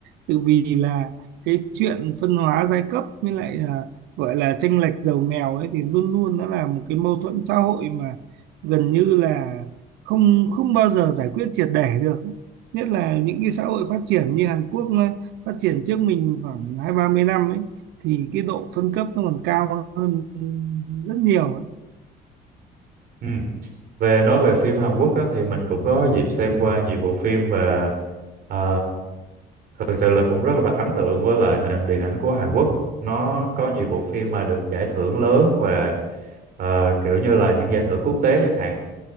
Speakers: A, on the right (about 80°); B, on the right (about 60°).
A: Tự vì là cái chuyện phân hóa giai cấp với lại là gọi là chênh lệch giàu nghèo ấy thì luôn luôn nó là một cái mâu thuẫn xã hội mà gần như là không không bao giờ giải quyết triệt để được. Nhất là những cái xã hội phát triển như Hàn Quốc nó phát triển trước mình khoảng hai ba mươi năm ấy thì cái độ phân cấp nó còn cao hơn rất nhiều ấy.
B: ừ. về nói về phim Hàn Quốc á, thì mình cũng có dịp xem qua nhiều bộ phim và ờ, Thực sự là cũng rất là ấn tượng với lại nền điện ảnh của Hàn Quốc. Nó có nhiều bộ phim mà được giải thưởng lớn và ờ, kiểu như là những giải thưởng quốc tế chẳng hạn.